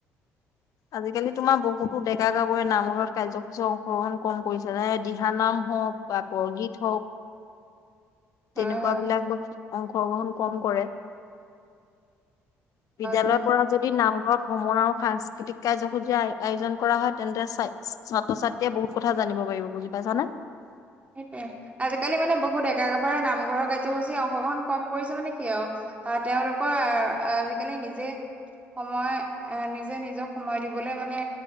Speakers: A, on the left; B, on the right.
A: আজিকালি তোমাৰ বহুতো ডেকা গাভৰুৱে নামঘৰত কাৰ্যসূচী অংশগ্ৰহণ কম কৰিছে এই দিহা নাম হওঁক বা বৰগীত হওঁক।
B: হয়
A: তেনেকুৱা
B: হয়
A: বিলাক অংশগ্ৰহণ কম কৰে। বিদ্যালয়ৰ
B: হয়
A: পৰা যদি নামঘৰত ভ্ৰমণ আৰু সাংস্কৃতিক কাৰ্যসূচী আ আয়োজন কৰা হয় তেন্তে ছা ছাত্ৰ ছাত্ৰী য়ে বহুত কথা
B: হয়
A: জানিব পাৰিব বুজি পাইছানে?
B: সেইটোৱে আজিকালি মানে বহু ডেকা গাভৰুৱে নামঘৰৰ কাৰ্যসূচী অংশগ্ৰহণ কম কৰিছে মানে কি আৱ‌ হয় তেওঁলোকৰ আ আজিকালি নিজে সময় এ নিজে নিজক সময় দিবলে মানে